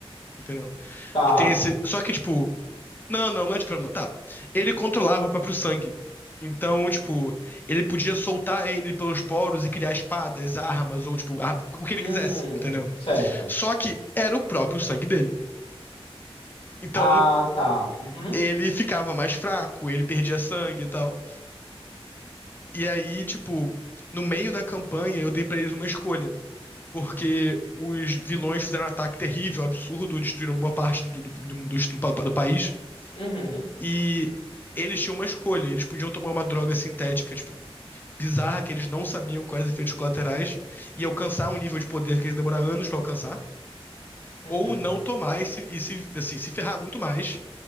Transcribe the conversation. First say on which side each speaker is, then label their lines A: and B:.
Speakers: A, on the left (about 20°); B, on the left (about 70°).
A: entendeu?
B: Tá.
A: Que tem esse, só que, tipo, não, não, não é tipo, Venom, não, tá, ele controlava o próprio sangue, então, tipo, ele podia soltar ele pelos poros e criar espadas, armas, ou, tipo, a- o que ele
B: Hum,
A: quisesse, entendeu?
B: certo.
A: Só que era o próprio sangue dele. Então,
B: Ah, tá. Uhum,
A: ele ficava mais fraco, ele perdia sangue e tal. E aí, tipo, no meio da campanha eu dei pra eles uma escolha. Porque os vilões fizeram um ataque terrível, absurdo, destruíram boa parte do, do, do, do, do país.
B: uhum,
A: E eles tinham uma escolha. Eles podiam tomar uma droga sintética, tipo, bizarra, que eles não sabiam quais efeitos colaterais, e alcançar um nível de poder que eles demoraram anos para alcançar,
B: uhum.
A: ou não tomar e, se, e se, assim, se ferrar muito mais